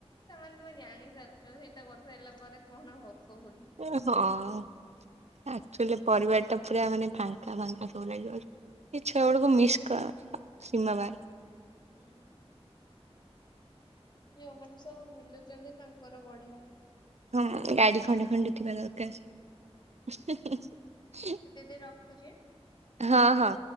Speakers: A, on the left; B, on the right.
A: ତା ମାନେ ତମେ ଜାଣି ସାରିଛ ସେଇଟା ବର୍ଷା ହେଲା ପରେ କଣ ହବ ବୋଲି।
B: ହଁ ଆକ୍ଚୁଆଲି ପରିବାର ଟା ପୁରା ମାନେ ଫାଙ୍କା ଫାଙ୍କା ସବୁ ଲାଗିବ। ଏଛୁଆ ଗୁଡାକୁ ମିସ୍ କର ସିମା ବାରକୁ।
A: ହୁଁ। ଯୋଉମାନେ ସବୁ ବୁଲୁଛନ୍ତି ତାଙ୍କର ବଢିଆ।
B: ହଁ ଗାଡି ଖଣ୍ଡେ ଖଣ୍ଡ ଥିବା ଦରକାର।
A: ଦେଇ ରଖୁଛି ଦେ
B: ହଁ ହଁ।